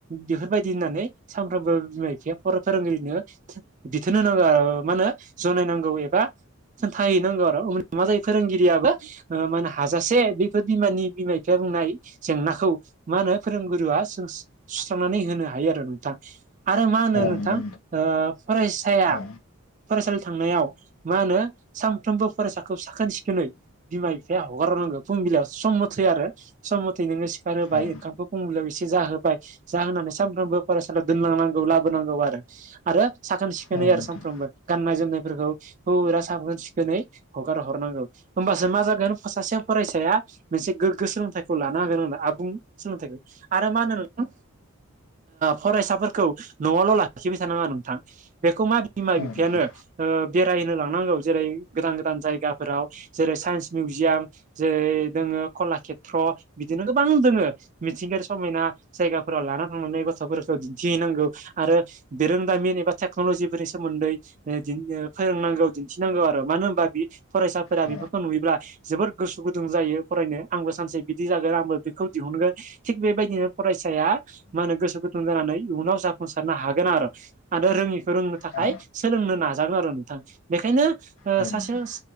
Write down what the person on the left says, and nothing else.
औ
नंगौ
औ
औ
औ
नोंथां
औ
नोंथां
औ
औ
औ
नोंथां